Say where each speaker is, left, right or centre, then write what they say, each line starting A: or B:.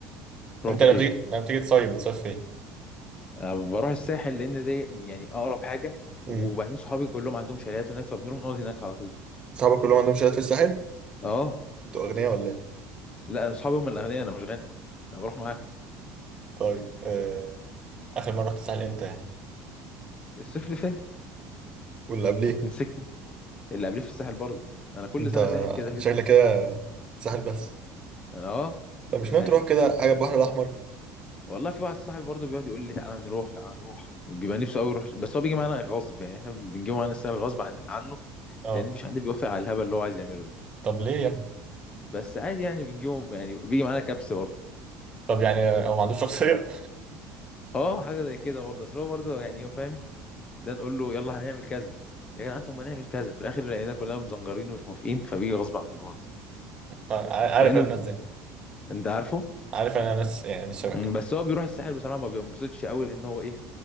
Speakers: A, on the left; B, on the right.
A: رحت
B: انت لما
A: فين؟
B: بتيجي لما بتيجي تصيف بتصيف فين؟
A: أنا بروح الساحل لان دي يعني اقرب حاجه وبعدين
B: امم
A: صحابي كلهم عندهم شاليهات هناك فبنروح نقعد هناك على طول
B: صحابك كلهم عندهم شالات في الساحل
A: اه
B: انتوا اغنياء ولا ايه
A: لا أنا صحابي هم الاغنياء انا مش غني انا بروح معاهم
B: <laughs> طيب آه... اخر مرة رحت الساحل امتى يعني؟
A: الصيف اللي فات
B: واللي قبليه
A: مسكني اللي قبليه في الساحل برضه انا كل
B: انت
A: سنه ساحل كده كده
B: شكلك كده ساحل بس
A: انا اه
B: طب مش
A: انا
B: ناوي
A: ساحل
B: تروح كده حاجه البحر الاحمر
A: والله في واحد صاحبي برضه بيقعد يقول لي تعالى نروح تعالى نروح بيبقى نفسه قوي يروح بس هو بيجي معانا غصب يعني احنا بنجيبه معانا الساحل غصب عن عنه
B: اه
A: لان مفيش حد بيوافق على الهبل اللي هو عايز يعمله ده
B: طب ليه يا ابني؟
A: بس عادي يعني بنجيبه يعني بيجي معانا كبس برضه
B: طب يعني هو ما عندوش شخصية؟
A: اه حاجه زي كده برضه اصل هو برضه يعني هو فاهم ده نقول له يلا هنعمل كذا يا جدعان طب ما نعمل كذا في الاخر لقينا كلنا مزنجرين ومش موافقين فبيجي غصب عنه برضه
B: <laughs> آه، عارف
A: مع انه
B: انا الناس دي
A: انت عارفه
B: عارف انا ناس يعني ناس شبه
A: أمم،
B: كده
A: بس هو بيروح الساحل بصراحه ما بينبسطش قوي لان هو ايه